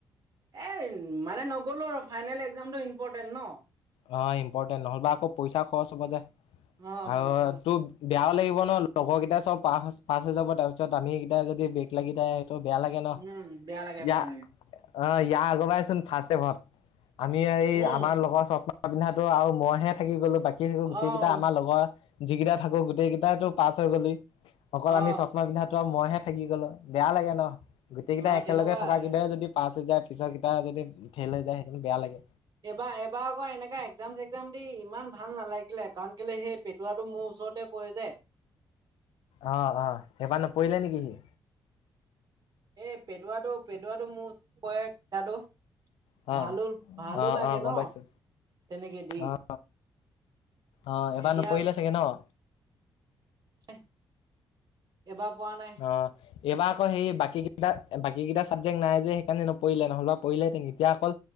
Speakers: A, on the right (about 50°); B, on the left (about 85°).
A: এই মানে নগলোঁ আৰু ফাইনেল একজামটো ইম্পৰ্টেণ্ট ন'।
B: অ, ইম্পৰ্টেণ্ট নহ'বা আকৌ পইচা খৰচ হ'ব যে
A: অ
B: আৰু
A: পইচা কথা
B: তোৰ বেয়াও লাগিব ন' লগৰ কেইটা চব পা পাছ হৈ যাব তাৰপিছত আমি কেইটা যদি ব্ৰেক লাগি যাই ত বেয়া লাগে ন'
A: উম, বেয়া লাগে,
B: ইয়া
A: বেয়া লাগে।
B: অ, ইয়াৰ আগৰ বাইচোন ফাৰ্ষ্টচেমত আমি এই
A: উম,
B: আমাৰ লগৰ চশ মা পিন্ধাতো আৰু মইহে থাকি গ'লো বাকী
A: অ',
B: গোটেই কেইটা আমাৰ লগৰ যিকেইটাই থাকো গোটেইটো পাছ হৈ গ'লি অকল
A: অ',
B: আমি চশমা পিন্ধা মইহে থাকি গ'লো বেয়া লাগে ন' গোটেই কেইটা
A: অ',
B: একেলগে
A: তেনেকুৱাই।
B: থকাকেইটাই যদি পাচ হৈ‌ যায় পিছৰ কেইটাই যদি ফেল হৈ যায় সেইটোতো বেয়া লাগে।
A: এইবাৰ এবাৰ আকৌ এনেকা একজাম-চেকজাম দি ইমান ভাল নালাগিলে কাৰণ কেলে সেই পেট ৱাটো মোৰ ওচৰতে পৰে যে,
B: অ, অ, সেইবাৰ নপৰিলে নেকি সি?
A: এ পেটোৱাটো পেটোৱাটো মোৰ <unintelligible> পৰে <unintelligible>
B: অ',
A: ভালো-ভালো
B: অ',
A: লাগে
B: অ', গম
A: ন'
B: পাইছো
A: তেনেকে দি।
B: অ', অ এবাৰ
A: এতিয়া
B: নপৰিলে চাগে ন'?
A: এহ এবাৰ পৱা নাই।
B: অ। এইবাৰ আকৌ সেই বাকী কেইটা বাকী কেইটা চাবজেক্ট নাই যে সেইকাৰণে নপৰিলে নহলেবা পৰিলে হেতেন এতিয়া অকল